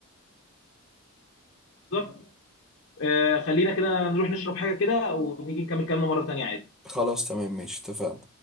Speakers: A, on the left; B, in the centre.
A: بالظبط آه، خلينا كده نروح نشرب حاجة كده ونيجي نكمل كلامنا مرة تانية عادي
B: خلاص تمام ماشي اتفقنا